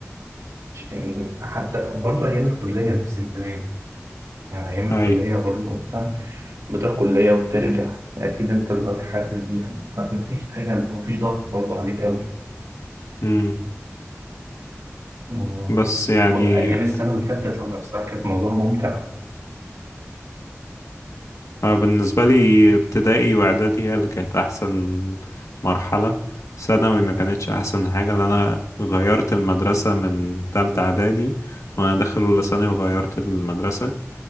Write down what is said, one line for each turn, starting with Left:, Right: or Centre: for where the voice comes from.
Right: يعني حتى برضه أيام الكلية نفس الكلام يعني أيام
Left: اي
Right: الكلية برضه أنت بتروح كلية وترجع أكيد أنت دلوقتي حاسس بيها لا، مفيش حاجة مفيش ضغط برضه عليك أوي
Left: امم
Right: و-
Left: بس يعني
Right: أيام السنة والتالتة سنة بصراحة كانت موضوع ممتع
Left: أنا بالنسبة لي ابتدائي وإعدادي هي اللي كانت أحسن مرحلة ثانوي ما كانتش أحسن حاجة لأن أنا غيرت المدرسة من تالتة إعدادي وأنا داخل أولى ثانوي وغيرت المدرسة